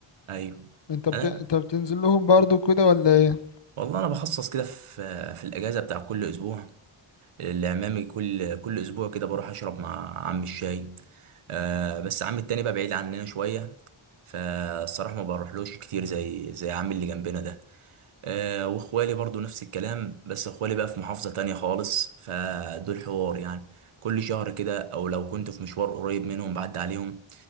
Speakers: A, on the right (about 80°); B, on the left (about 55°).
A: أيوه
B: انت بت...
A: أنا
B: انت بتنزل لهم برضو كده ولا ايه
A: والله أنا بخصص كده في في الأجازة بتاع كل أسبوع لعمامي كل كل اسبوع كده بروح اشرب مع عم الشاي آه بس عم التاني بقى بعيد عننا شويه فالصراحه ما بروحلوش كتير زي زي عمي اللي جنبنا ده آه واخوالي برضو نفس الكلام بس اخوالي بقى في محافظه تانية خالص فدول حوار يعني كل شهر كده او لو كنت في مشوار قريب منهم بعد عليهم